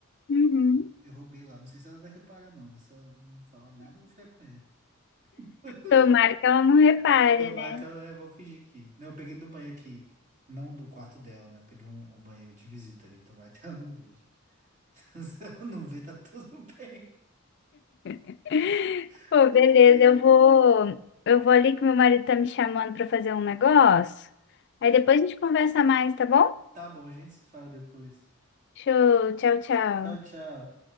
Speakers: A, on the left; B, on the right.
A: Uhum.
B: Eu roubei lá, não sei se ela vai reparar não, mas se ela não falar nada, eu vou ficar com ele. <laughs>
A: Tomara que ela não repare,
B: Tomara
A: né?
B: que ela, eu vou fingir que... Não, eu peguei do banheiro aqui, não do quarto dela, né? Eu peguei um, um banheiro de visita ali, tomara que ela não veja. <laughs> Se ela não ver, tá tudo bem.
A: <laughs>
B: <laughs>
A: Pô, beleza, eu vou, eu vou ali que meu marido tá me chamando pra fazer um negócio. Aí depois a gente conversa mais, tá bom?
B: Tá bom, a gente se fala depois.
A: Show, tchau, tchau.
B: Tchau, tchau.